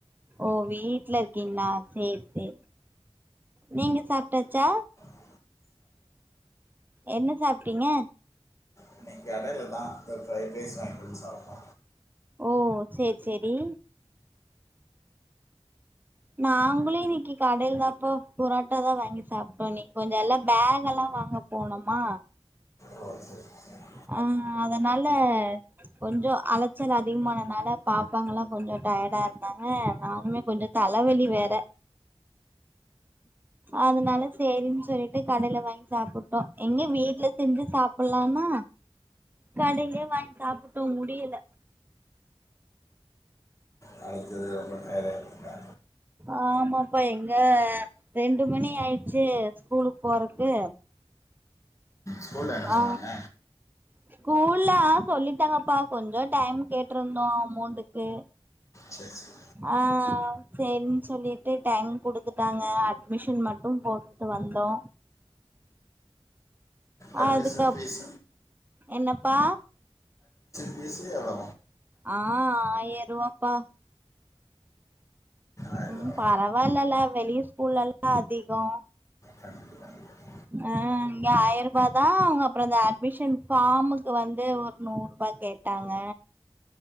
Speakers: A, on the right; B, on the left.
A: ஓ வீட்ல இருக்கீங்களா சேர் செரி நீங்க சாப்ட்டாச்சா
B: <unintelligible>
A: என்ன சாப்ட்டீங்க
B: இன்னைக் கடேல தா தோ ஃப்ரைட் ரைஸ் வாங்கிட்டு வந்து சாப்டோ
A: ஓ சேர் செரி. நாங்ளூ இன்னைக்கு கடையில தாப்பா புரோட்டா தா வாங்கி சாப்ட்டோ இன்னைக்கு கொஞ்ச எல்லா பேக் எல்லா வாங்க போனோமா
B: ஓ சரி சரி.
A: ஆ அதனால கொஞ்சோ அலச்சல் அதிகமானதுனால பாப்பாங்கெல்லா கொஞ்சோ டயர்டாருந்தாங்க நாங்களூ கொஞ்சோ தலவலி வேற அதனால செரின் சொல்லிட்டு கடையில வாங்கி சாப்பிட்டோ எங்க வீட்ல செஞ்சு சாப்ட்லானா கடையிலே வாங்கி சாப்பிட்டோ முடியல.
B: நாளைக்கு இது ரொம்ப டயர்டாகிட்டுருக்கா
A: ஆமாப்பா எங்க ரெண்டு மணி ஆயிச்சு ஸ்கூலுக் போறக்கு
B: ஸ்கூல்ல என்ன
A: ஆ
B: சொன்னாங்க
A: ஸ்கூல்ல ஆ சொல்லிட்டாங்கப்பா கொஞ்சோ டைம் கேட்டுருந்தோ அமௌண்ட்டுக்கு
B: சரி சரி
A: ஆ செரின் சொல்லிட்டு டைம் குடுத்துட்டாங்க அட்மிஷன் மட்டூ போட்டுட்டு வந்தோ
B: அட்மிஷன்
A: அதுக்கப்
B: ஃபீஸ்
A: என்னப்பா
B: ஃபீஸு எவ்வளோ
A: ஆ ஆயரூவாப்பா.
B: ஆயிரம்
A: ம்
B: ரூபா.
A: பரவால்லல வெளிய ஸ்கூல்ல எல்லா அதிகோ
B: கண்டிப்பா, கண்டிப்பா.
A: ஆ இங்க ஆயிரபா தா அங்கப்றோ அட்மிஷன் ஃபார்முக் வந்து ஒரு நூற்ரூபா கேட்டாங்க